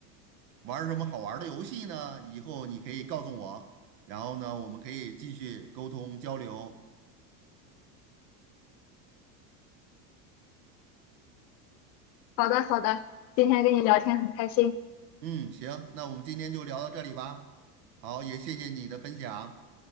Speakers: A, on the right (about 75°); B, on the left (about 85°).
A: 玩儿什么好玩儿的游戏呢，以后你可以告诉我，然后呢，我们可以继续沟通交流。
B: 好的，好的，今天跟你聊天很开心。
A: 嗯，行，那我们今天就聊到这里吧。好，也谢谢你的分享。